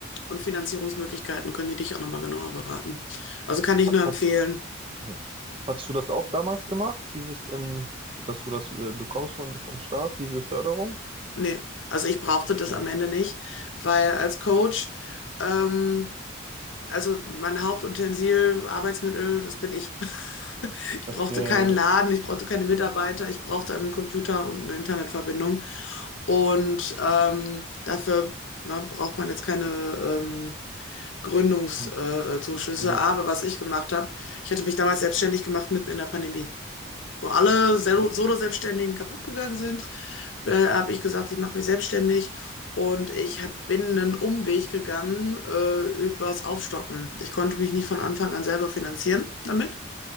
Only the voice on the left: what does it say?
und Finanzierungsmöglichkeiten, können die dich auch nochmal genauer beraten. Also kann ich nur
empfehlen,
nee, also ich brauchte
das am Ende nicht, weil als Coach, ähm, Also mein Hauptutensil, Arbeitsmittel, das bin ich. <laughs> Ich
brauchte keinen Laden, ich brauchte keine Mitarbeiter, ich brauchte einen Computer und eine Internetverbindung. Und ähm, dafür na, braucht man jetzt keine ähm, Gründungszuschüsse.
Äh, Zuschüsse.
Aber was ich gemacht habe, ich hatte mich damals selbstständig gemacht mitten in der Pandemie wo alle
Sel- Solo-Selbstständigen kaputt gegangen sind, äh, habe ich gesagt, ich mache mich selbstständig und ich hab, bin einen Umweg gegangen äh, übers Aufstocken. Ich konnte mich nicht von Anfang an selber finanzieren damit